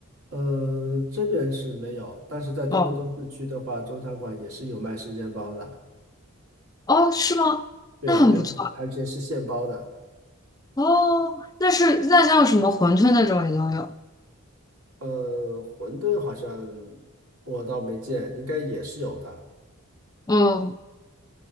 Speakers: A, on the right; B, on the left.
A: 呃，这边是没有，但是在多伦多市区的话，
B: 哦。
A: 中餐馆也是有卖生煎包的，
B: 哦，是吗？
A: 对，
B: 那很不错啊。
A: 还是而且是现包的。
B: 哦，那是那像什么馄饨那种也都有。
A: 呃，馄饨好像我倒没见，应该也是有的。
B: 嗯